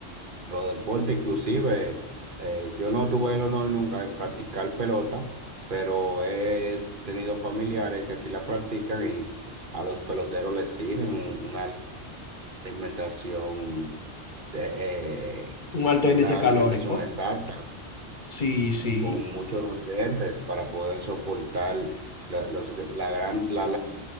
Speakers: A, on the right; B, on the left.
A: a los deportes. Inclusive, eh, yo no tuve el honor nunca de practicar pelota, pero he tenido familiares que sí la practican y a los peloteros les exigen un- una alimentación de, eh,
B: Un alto índice
A: una alimentación
B: calórico.
A: exacta
B: Sí, sí.
A: con muchos nutrientes para poder soportar la, los- la gran, la